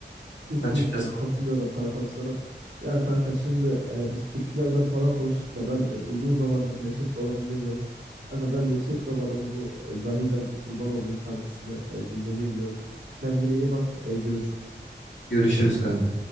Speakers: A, on the right; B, on the left.
A: Kesinlikle
B: Açıkçası.
A: katılıyorum kankam sana. Ya kanka şimdi e, biz türkülerden falan konuştuk da ben e, uzun zamandır Neşet Baba dinlemiyorum. Kanka ben Neşet Baba'nın bu e, Zahidem Kurban Olayım şarkısını e, dinlemeye gidiyorum. Kendine iyi bak, e, görüşürüz.
B: Görüşürüz kanka.